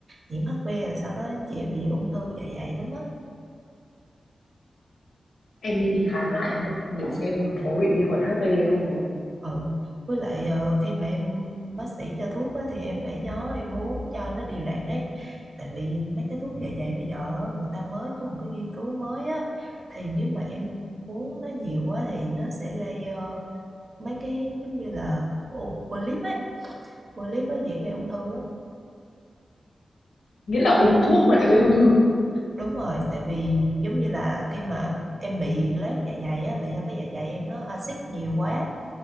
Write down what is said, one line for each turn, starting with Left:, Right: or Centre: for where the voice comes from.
Right: nhiễm HB rồi sau đó dễ bị ung thư dạ dày lắm á
Left: Em nên đi khám lại đúng không? Để xem
Right: ừ.
Left: có bị vi khuẩn HP hay không đúng không?
Right: ừ với lại ờ, khi mà em bác sĩ cho thuốc á, thì em phải nhớ em uống cho nó đều đặn ấy tại vì mấy cái thuốc Ừ. dạ dày bây giờ á, người ta mới có một cái nghiên cứu mới á thì nếu mà em uống nó nhiều quá thì nó sẽ gây ờ, mấy cái giống như là ô- polyp ấy polyp ấy dễ gây ung thư lắm
Left: Nghĩa là uống thuốc mà lại gây ung thư.
Right: đúng rồi tại vì giống như là khi mà em bị loét dạ dày á là do cái dạ dày em nó axit nhiều quá